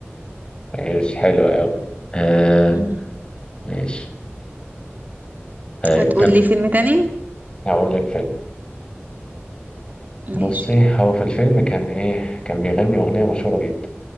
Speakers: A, on the left; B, on the right.
A: ماشي حلو قوي آه
B: مهم.
A: ماشي ايوه
B: هتقول
A: كان
B: لي فيلم تاني
A: هقول لك فيلم
B: ماشي
A: بصي هو في الفيلم كان ايه كان بيغني اغنيه مشهوره جدا